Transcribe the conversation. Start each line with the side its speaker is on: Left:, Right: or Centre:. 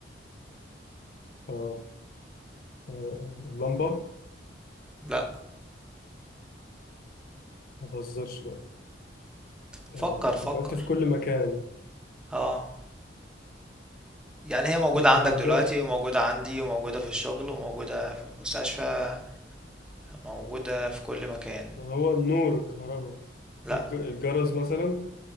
Left: آه. آه. اللمبة
Centre: لا
Left: ما تهزرش بقى
Centre: فكر
Left: آه.
Centre: فكر
Left: أنت قلت في كل مكان
Centre: اه يعني هي موجودة
Left: وكهرباء
Centre: عندك دلوقتي وموجودة عندي وموجودة في الشغل وموجودة في المستشفى موجودة في كل مكان
Left: ما هو النور الكهرباء
Centre: لا
Left: الج... الجرس مثلا